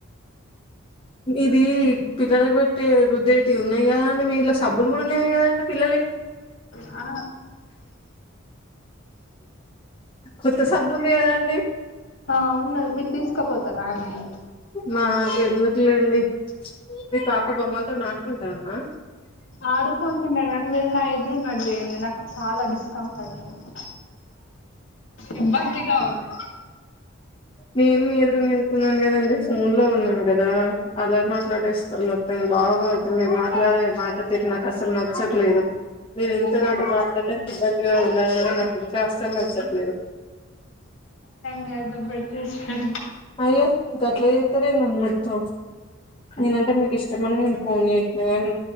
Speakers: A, on the left; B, on the left.
A: ఇది పిల్లలకు పెట్టే రుద్దేటి ఉన్నాయి కదా అండి మీ ఇంట్ల సబ్బులు కూడా ఉన్నాయి కదండి పిల్లలలై
B: అ
A: కొత్త సబ్బు ఉంది కదండి
B: ఆ ఉన్నది మీరు తీసుకుపోతార అండి
A: మాకు ఎందుకులేండి మీ పాప బొమ్మలతోని ఆడుకుంటాందా
B: ఆడుకుంటున్నాడు కానీ మీరు నా ఎదురుంగది లేంది నాకు చాలా డిస్కంఫర్ట్ ఉంది ఇబ్బందిగా ఉను
A: నేను మీ ఎదురువుంగా ఎందుకున్నాను కదండి ఫోన్ లో ఉన్నాను కదా అలా మాట్లాడేస్తారు మొత్తం బాగోద్దు మీరు మాట్లాడే మాట తిరు నాకు అసలు నచ్చట్లేదు మీరు ఇంత నాతో మాట్లాడడానికి ఇబ్బందిగా ఉంది అన్నారు నాకు ఇంకా అసలు నచ్చాటులేదు
B: లేదు పెట్టేసెండి
A: అయ్యో గట్ల చేస్తా రండి ఏంది మొత్తం నేనంటే మీకు ఇష్టమనిన్ ఫోన్ చేసిన గానీ